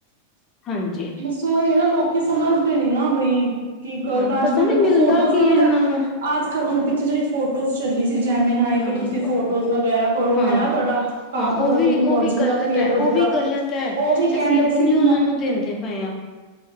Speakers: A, on the left (about 30°); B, on the right (about 65°).
A: ਹਾਂਜੀ।
B: ਬਸ ਉਹੀ ਐ ਨਾ, ਲੋਕੀ ਸਮਝਦੇ ਨੇ ਨਾ ਬਈ ਕੀ ਗੱਲਤ
A: ਹਾਂ
B: ਤਾਂ ਅੱਜ
A: ਪਤਾ
B: ਕੱਲ
A: ਨੀ
B: ਦੇਖੋ
A: ਮਿਲਦਾ
B: ਫੋਟੋਜ਼
A: ਕੀ
B: ਦਾ ਵੀ
A: ਹੈ
B: ਤਾਂ,
A: ਇਹਨਾਂ ਨੂੰ
B: ਅੱਜ ਕੱਲ ਹੁਣ ਪਿਛੇ ਜਿਹੜੀ ਫੋਟੋਜ਼ ਚੱਲੀ ਸੀ ਜੈਮੀਨ ਆਈ
A: ਹਮ
B: ਤੋਂ ਤੁਸੀਂ ਫੋਟੋਜ਼ ਵਗੈਰਾ ਕਰੋ
A: ਹਾਂ
B: ਹੈਨਾ ਤੁਹਾਡਾ ਕਾਰਟ
A: ਹਾਂ। ਉਹ
B: ਵਾਲੀ
A: ਵੀ
B: ਇਮੋਜੀ
A: ਉਹ ਵੀ ਗਲਤ
B: ਵਾਲਾ ਕ੍ਰੀਏਟ
A: ਐ, ਉਹ
B: ਹੋ ਜਾਏਗਾ
A: ਵੀ ਗ਼ਲਤ ਐ,
B: ਉਹ ਵੀ ਕਹਿੰਦੇ
A: ਅਸੀਂ ਆਪਣੀ
B: ਸੀ ਕਿ
A: ਉਹਨਾਂ ਨੂੰ ਦਿੰਦੇ ਪਏ ਆ।